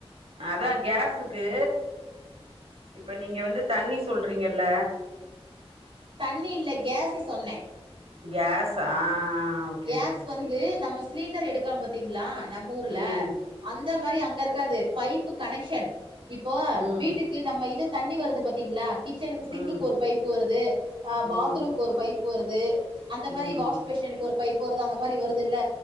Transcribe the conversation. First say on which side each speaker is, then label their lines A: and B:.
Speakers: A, on the right (about 75°); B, on the right (about 60°).
A: அதான் கேஸ்க்கு இப்ப நீங்க வந்து தண்ணி சொல்றீங்கல்ல.
B: தண்ணி இல்ல கேசு சொன்னேன்.
A: கேஸ் ஆ ஓகே
B: கேஸ்
A: ஓகே
B: வந்து நம்ம சிலிண்டர் எடுக்கிறோம் பாத்திங்களா நம்ம ஊர்ல
A: ம்
B: அந்த மாரி அங்க இருக்காது பைப்பு கனெக்ஷன் இப்போ
A: ம்
B: வீட்டுக்கு நம்ம இது தண்ணி வருது பாத்தீங்களா கிச்சனுக்கு சிங்குக்கு
A: ம்
B: ஒரு பைப்பு வருது ஆஹ் பாத்ரூமுக்கு
A: ம்
B: ஒரு பைப் போறது அந்த மாதிரி
A: ம்
B: வாஷ் பேஷன்க் ஒரு பைப்பு போ வருது அந்த மாரி வருது இல்ல